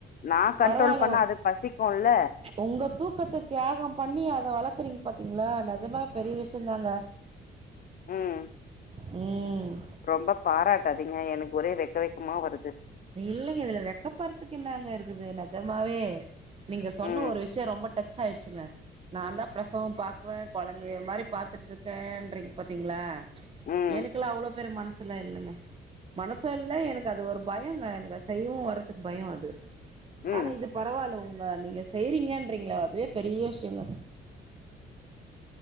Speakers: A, on the left; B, on the right.
A: நான் கண்ட்ரோல்
B: பரவால
A: பண்ணா அது பசிக்கும்ல.
B: உங்க தூக்கத்த தியாகோ பண்ணி அத வளக்குறீங்க பாத்தீங்ளா நிஜமா பெரிய விஷயம்தாங்க
A: ம்.
B: ம்
A: ரொம்ப பாராட்டாதீங்க எனக்கு ஒரே வெக்க வெக்கமா வருது
B: இல்லங்க இதுல வெக்கப்பறதுக்கு என்னாங்க இருக்குது நிஜமாவே நீங்க சொன்ன
A: ம்,
B: ஒரு விஷயோ ரொம்ப டச் ஆயிடுச்சுங்க நாந்தா பிரசவோ பாக்குவே குழந்தைய மாரி பாத்துட்டு இருக்கேன்றீங்க பாத்தீங்ளா
A: ம்,
B: எனக்குல்லா அவ்ளோ பெரிய மனசுலா இல்லங்க மனசு இல் எனக் அது ஒரு பயங்க எனக்கு செய்வு வரதுக்கு பயோ அது
A: ம்.
B: ஆனா இது பரவால்ல உங்க நீங்க செய்றீங்கன்றீங்ள அதுவே பெரிய விஷயோங்க